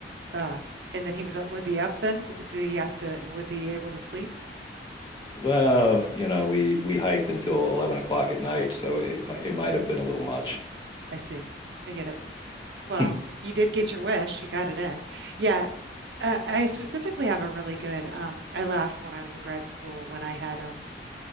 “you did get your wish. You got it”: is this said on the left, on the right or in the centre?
Right